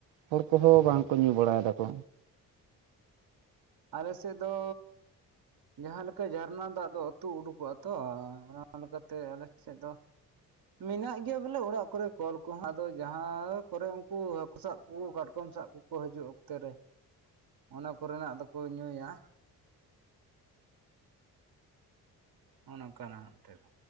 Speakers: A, on the right (about 70°); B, on the right (about 50°).
A: ᱦᱚᱲ ᱠᱚᱦᱚᱸ ᱵᱟᱝᱠᱚ ᱧᱩ ᱵᱟᱲᱟᱭ ᱫᱟᱠᱚ᱾
B: ᱟᱞᱮ ᱥᱮᱫ ᱫᱚᱼᱼ ᱡᱟᱦᱟᱸ ᱞᱮᱠᱟ ᱡᱷᱟᱨᱱᱟ ᱫᱟᱜ ᱫᱚ ᱟᱹᱛᱩ ᱩᱰᱩᱠᱚᱜᱼᱟ ᱛᱚ ᱚᱱᱟ ᱞᱮᱠᱟᱛᱮ ᱟᱞᱮ ᱥᱮᱫ ᱫᱚᱼᱼ ᱢᱮᱱᱟᱜ ᱜᱮᱭᱟ ᱵᱚᱞᱮ ᱚᱲᱟᱜ ᱠᱚᱨᱮ ᱠᱚᱞ ᱠᱚᱦᱚᱸ ᱟᱫᱚ ᱡᱟᱦᱟᱸ ᱠᱚᱨᱮ ᱩᱱᱠᱩ ᱦᱟᱹᱠᱩ ᱥᱟᱵ ᱠᱚ ᱠᱟᱴᱠᱚᱢ ᱥᱟᱵ ᱠᱚᱼᱼ ᱠᱚ ᱦᱤᱡᱩᱜ ᱚᱠᱛᱮ ᱨᱮ ᱚᱱᱟ ᱠᱚᱨᱮᱱᱟᱜ ᱫᱚᱠᱚ ᱧᱩᱭᱟ᱾ ᱱᱚᱜ ᱱᱚᱝ ᱠᱟᱱᱟᱜ ᱦᱚᱱᱛᱮᱫᱚ